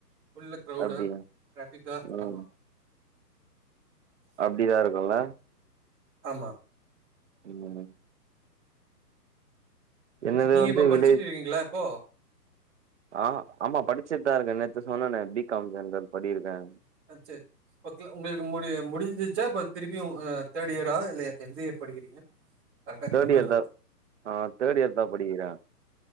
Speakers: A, on the right; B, on the right.
A: ஃபுல்லா கிரௌடா
B: அப்டியா
A: ட்ராபிக்கா
B: ம்
A: ஆமா
B: அப்டிதா இருக்குல்ல
A: ஆமா
B: இன்னொன்னு என்னது
A: நீங்க
B: வந்து
A: இப்போ படிச்சுட்டு
B: வில்லேஜ்
A: இருக்கீங்ளா இப்போ
B: ஆ ஆமா படிச்சுட் தா இருக்கே நேத்து சொன்னேனே பி காம் ஜென்ரல் படிருக்கே
A: ஆ சேரி ஓகே உங்களுக்கு முடிய முடிஞ்சுச்சா இப்ப திருப்பியு அ தேர்ட் இயரா இல்ல எந்த இயர் படிக்கிறீங்க கரெக்டா
B: தேர்ட்
A: ஞாபகம்
B: இயர்
A: இல்ல
B: தா ஆ தேர்ட் இயர் தா படிக்கிறே